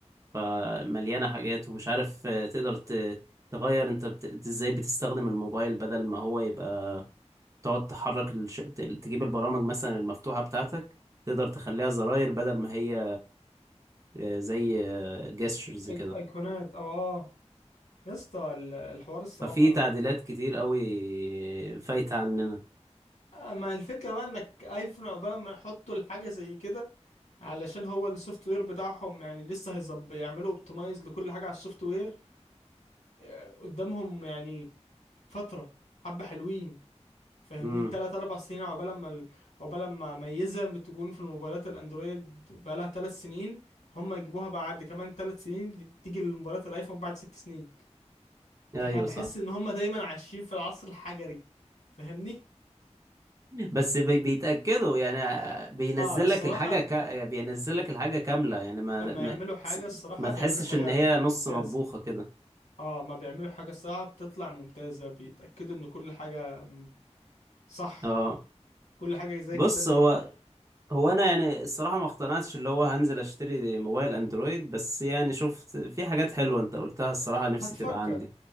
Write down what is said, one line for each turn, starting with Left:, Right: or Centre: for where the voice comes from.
Right: فمليانة حاجات ومش عارف آه، تقدر ت- تغير انت بت... إنت ازاي بتستخدم الموبايل بدل ما هو يبقى تقعد تحرك الش... ت- تجيب البرامج مثلا المفتوحة بتاعتك تقدر تخليها زراير بدل ما هي آه، زي جيسترز كده
Left: أي- ايقونات اه اه يا اسطى ال- الحوار الصراحة
Right: ففي تعديلات كتير قوي فايتة عننا
Left: آه، ما الفكرة بقى انك ايفون عقبال ما يحطوا الحاجة زي كده علشان هو السوفت وير بتاعهم يعني لسه هيظبط يعملوا اوبتمايز لكل حاجة على السوفت وير آه، قدامهم يعني فترة حبة حلوين فاهمني
Right: امم
Left: تلات أربع سنين عقبال ما ال- عقبال ما ميزة بتكون في الموبايلات الأندرويد بقالها تلات سنين هم يجيبوها بعد كمان تلات سنين تيجي للموبايلات الأيفون بعد ست سنين
Right: ايوه
Left: تح- بحس
Right: صح
Left: إن هم دايما عايشين في العصر الحجري فاهمني؟
Right: بس بي- بيتأكدوا يعني آه، بينزل
Left: اه الصراحة
Right: لك الحاجة ك... آه، بينزل لك الحاجة كاملة يعني ما
Left: أما
Right: ما,
Left: يعملوا حاجة
Right: س-
Left: الصراحة
Right: ما تحسش
Left: بيعملوا حاجة
Right: ان هي نص
Left: ممتازة
Right: مطبوخة كده
Left: اه ما بيعملوا حاجة الصراحة بتطلع ممتازة بيتأكدوا ان كل حاجة مم- صح
Right: اه
Left: كل حاجة زي
Right: بص
Left: الكتاب ما
Right: هو
Left: بيقول
Right: هو انا يعني الصراحة ما اقتنعتش اللي هو هنزل اشتري موبايل اندرويد بس يعني شفت في حاجات حلوة انت قلتها الصراحة
Left: آه
Right: نفسي
Left: هتفكر
Right: تبقى عندي